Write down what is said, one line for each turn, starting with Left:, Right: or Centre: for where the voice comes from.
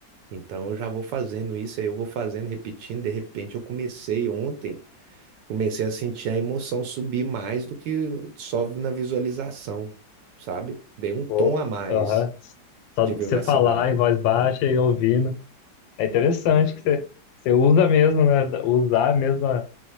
Right: Então eu já vou fazendo isso, aí eu vou fazendo, repetindo, de repente eu comecei ontem, comecei a sentir a emoção subir mais do que só na visualização, sabe? Dei um tom
Left: Boa.
Right: a mais
Left: Aham. Só
Right: de
Left: de
Right: vivacidade.
Left: você falar em voz baixa e ouvindo. É interessante que você, você usa mesmo, né? Usar mesmo a,